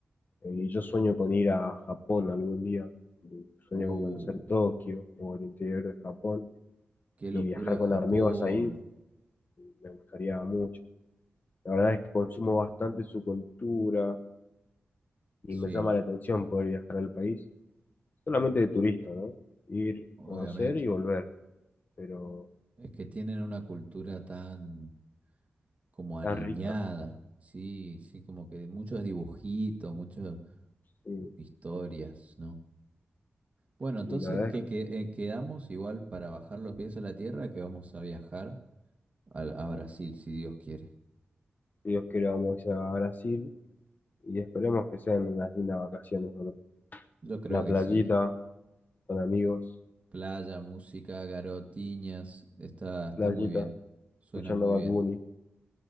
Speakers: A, on the left; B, on the right.
A: Eh, Y yo sueño con ir a Japón algún día, y sueño
B: Uh,
A: con conocer Tokio o el interior de Japón
B: qué locura
A: y viajar con
B: Japón.
A: amigos ahí, me gustaría mucho. La verdad es que consumo bastante su cultura y
B: Sí,
A: me llama la atención poder viajar al país, solamente de turista, ¿no? Ir,
B: obviamente.
A: conocer y volver, pero
B: Es que tienen una cultura tan como aniñada.
A: tan rica.
B: Sí, sí, como que muchos dibujitos, muchas
A: Sí,
B: historias, ¿no? Bueno, entonces
A: sí, la verdad
B: que,
A: es que
B: que- eh, quedamos igual para bajar los pies a la tierra que vamos a viajar al- a, Brasil, si Dios quiere.
A: si Dios quiere vamos a ir a Brasil y esperemos que sean unas lindas vacaciones, ¿no?
B: Yo creo
A: La
B: que
A: playita,
B: sí.
A: con amigos,
B: Playa, música, garotinas, está, está
A: playita,
B: muy bien. Suena
A: escuchando
B: muy
A: Bad
B: bien.
A: Bunny.